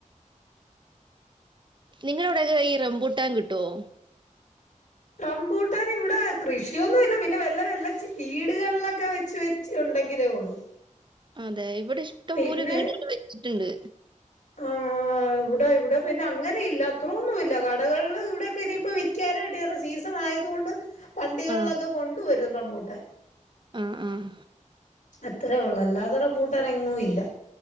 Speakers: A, on the right; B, on the left.
A: നിങ്ങളവിടെയൊക്കെ ഈ റംബുട്ടാൻ കിട്ടുവോ?
B: റംമ്പൂട്ടൻ ഇവിടെ കൃഷിയൊന്നുല്ല പിന്നെ വെല്ല വെല്ല വീടുകളിലൊക്കെ വെച് വെ ച്ചുണ്ടെങ്കിലേ ഉള്ളൂ
A: അതെ ഇവിടെ ഇഷ്ടംപോലെ
B: പിന്നെ
A: വീടുകൾ വെച്ചിട്ടുണ്ട്.
B: ആഹ് ഇവിടെ ഇവിടെ പിന്നെ അങ്ങനെ ഇല്ല അത്രൊന്നുല്ല കടകള്ല് ഇവിടെക്കെ ഇനിയിപ്പോ വിക്കാനായിട്ട് ഒരു സീസ് ആയത് കൊണ്ട് വണ്ടികളിലൊക്കെ
A: ആഹ്
B: കൊണ്ടുവരും റംബൂട്ടാൻ.
A: ആഹ് ആഹ്.
B: അത്രേ ഒള്ളൂ അല്ലാത റംബൂട്ടാനെങ്ങുഇല്ല.